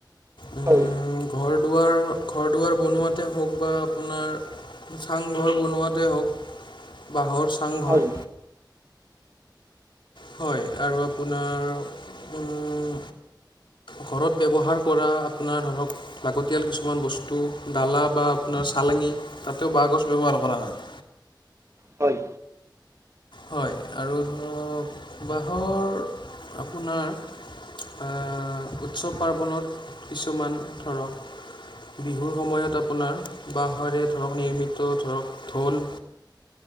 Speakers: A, on the left; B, on the right.
A: উম
B: হয়
A: ঘৰ দুৱাৰ, ঘৰ দুৱাৰ বনোৱাতে হওক বা আপোনাৰ চাংঘৰ বনোৱাতে হওক, বাঁহৰ চাংঘৰ।
B: হয় হয়
A: হয় আৰু আপোনাৰ, উম ঘৰত ব্যৱহাৰ কৰা, আপোনাৰ ধৰক লাগতিয়াল কিছুমান বস্তু দালা বা আপোনাৰ চালেঙি, তাতেও বাঁহ গছ ব্যৱহাৰ কৰা হয়।
B: হয়
A: হয় আৰু উম, বাঁহৰ আপোনাৰ আ, উৎসৱ পাৰ্বণত কিছুমান ধৰক বিহুৰ সময়ত আপোনাৰ বাঁহৰে ধৰক, নিৰ্মিত ধৰক ঢোল